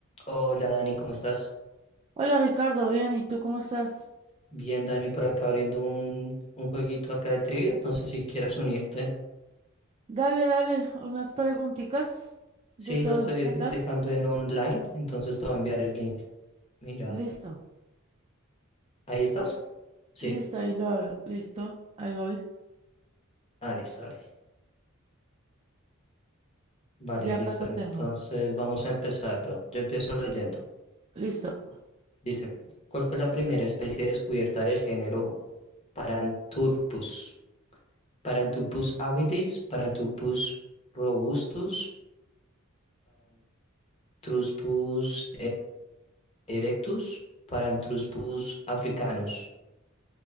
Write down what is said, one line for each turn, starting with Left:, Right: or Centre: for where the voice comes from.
Left: Hola Dani, ¿cómo estás?
Right: Hola Ricardo, bien, ¿y tú cómo estás?
Left: Bien, Dani, por acá abriendo un, un jueguito acá de trivia. No sé si quieras unirte.
Right: Dale, dale, unas preguntitas
Left: Sí,
Right: de todo
Left: lo estoy
Right: en general.
Left: dejando en online, entonces te voy a enviar el link. Mira,
Right: Listo,
Left: ¿ahí estás? Sí,
Right: listo, ahí lo hablo, listo, ahí voy,
Left: ah, listo, vale. Vale,
Right: ya
Left: listo.
Right: acá lo
Left: Entonces
Right: tengo,
Left: vamos a empezarlo. Yo empiezo leyendo.
Right: listo.
Left: Dice, ¿cuál fue la primera especie descubierta del género Paranthropus? Paranthropus habilis, Paranthropus robustus, Paranthropus Erectus, Paranthropus africanus.